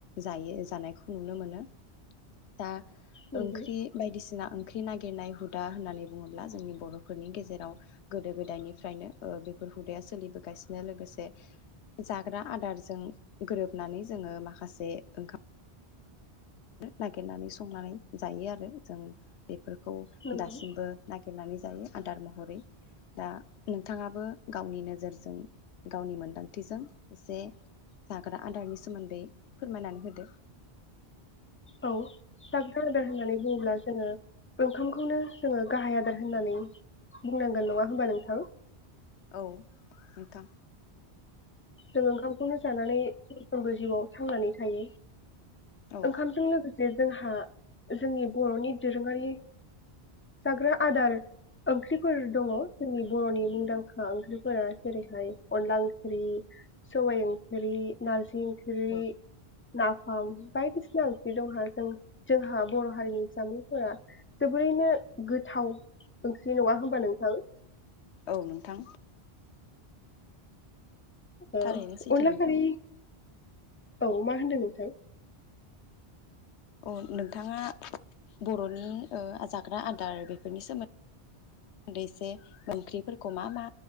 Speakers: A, on the left (about 85°); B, on the left (about 20°).
A: जायो जानायखौ नुनो मोनो। दा
B: नंगौ
A: ओंख्रि बायदिसिना ओं ख्रि नागिरनाय हुदा होननानै बुङोब्ला जोंनि बर'फोरनि गेजेराव गोदो गोदायनिफ्रायनो ओ बेफोर हुदाया सोलिबोगासिनो लोगोसे जाग्रा आदारजों गोरोबनानै जोङो माखासे ओंखाम नागिरनानै संनानै जायो आरो जों बेफोर खौ
B: नंगौ
A: दासिमबो नागिरनानै जायो आदार महर <unintelligible> दा नोंथाङाबो गावनि नोजोरजों गावनि मोनदांथिजों एसे जाग्रा आदारनि सोमोन्दै फोरमायनानै होदो।
B: औ जाग्रा आदार होननानै बुङोब्ला जोङो ओंखामखौनो जोङो गाहाय आदार होननानै बुंनांगोन नङा होमबा नोंथां?
A: औ नोंथां
B: जों ओंखामखौनो जानानै सामफ्रोमबो जिउआव थांनानै थायो।
A: औ
B: ओंखामजों लोगोसे जोंहा जोंनि बर'नि दोरोङारि जाग्रा आदार ओंख्रिफोर दङ जोंनि बर'नि मुंदांखा ओंख्रिफोरा जेरैहाय अनला ओंख्रि सबाइ ओंख्रि, नार जि ओंख्रि
A: औ
B: नाफाम बायदिसिना ओंख्रि दंहा जों जोंहा बर' हारिनि जामुंफोरा जोबोरैनो गोथाव ओंख्रि नङा होमबा नोंथां?
A: औ नोंथां
B: औ
A: थारैनो सैथो
B: अनला
A: नोंथां
B: खारि औ मा होनदों नोंथां?
A: अ नोंथाङा बर'नि ओ जाग्रा आदार बेफोरनि सोमोन्दै एसे ओंख्रिफोरखौ मा मा